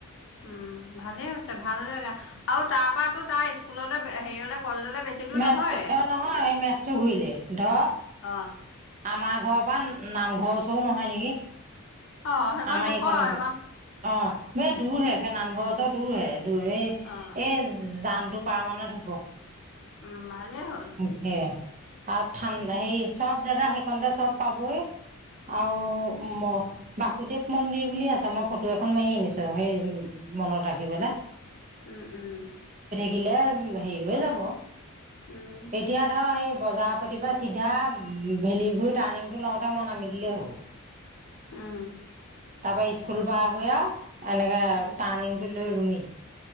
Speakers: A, on the left; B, on the right.
A: উম ভালেই হৈছে ভাল লগাগা আৰু তাৰ পৰাটোো তাৰ স্কুললৈ হেৰিয়লে কলেজলৈ বেছি দূৰ
B: মেজটো
A: নহয়।
B: অ নহয় এই মেজটো ঘূৰিলে ধ
A: অ
B: আমাৰ ঘৰ পৰা নামঘৰ চবো নহয় নেকি
A: অ সেইকণ
B: আমাৰ
A: জোখৰ
B: এইখন
A: সেইকণ
B: অ ব দূৰ হে সেই নামঘৰ ওৰত দূৰ হে দূৰ এই
A: অ
B: এ জানটো পাৰমানণত হব
A: উম ভালেই হ'ল
B: সেয়া আৰু ঠান
A: উম
B: হেৰি চব জোগা সেইকণতে চব পাবই আৰু
A: উম
B: বাসুদেৱ মন্দিৰ বুলি আছে মই ফটো এখন মাৰি আনিছো সেই মনত ৰাখিবলৈ
A: উম উম
B: গিলে হেৰি হৈ যাব
A: উম
B: এতিয়া ধৰ স বজাৰৰ প্ৰতিপ চিধা ভেলীিবোৰ টাৰ্ণিং টো লওঁতে মন নামি দিলেই হ'ব
A: আহ
B: তাৰপা স্কুল পাৰ হৈ আৰু এনেকে
A: উম
B: টাৰ্ণিং টো লৈ ৰুমি